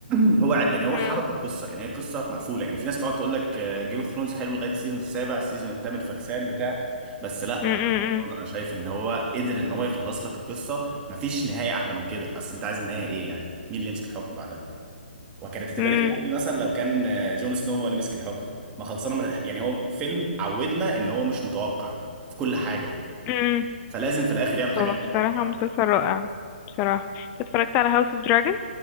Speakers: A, on the right (about 20°); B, on the left (about 20°).
A: <clears throat> هو ع- يعني هو
B: مم.
A: حبك القصه يعني هي قصه مقفوله يعني في ناس تقعد تقول لك جيم اوف ثرونز حلو لغايه السيزون السابع السيزون الثامن فكسان بتاع بس لا
B: مم. مم.
A: انا شايف ان هو قدر ان هو يخلص لك القصه مفيش نهايه احلى من كده اصل انت عايز النهايه ايه يعني مين اللي يمسك الحكم بعدها وكانت هتبقى
B: مم.
A: رخمه قوي مثلا لو كان آه، جون سنو هو اللي مسك الحكم ما خلصنا من الح- يعني هو فيلم عودنا ان هو مش متوقع في كل حاجه
B: مم.
A: فلازم في الاخر يعمل حاجه
B: هو
A: غير
B: بصراحة
A: متوقعه
B: مسلسل رائع بصراحة انت اتفرجت على هاوس اوف دراجون